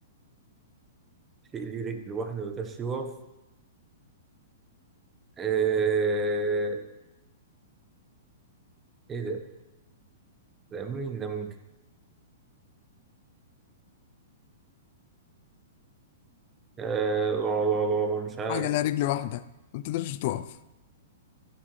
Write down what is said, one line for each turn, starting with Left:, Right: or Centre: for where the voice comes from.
Right: شيء ليه رجل واحدة ما يقدرش يقف آه... إيه ده؟ ده مين ده ممكن؟ آه... لا لا لا لا مش عارف
Left: حاجة لها رجل واحدة ما بتقدرش تقف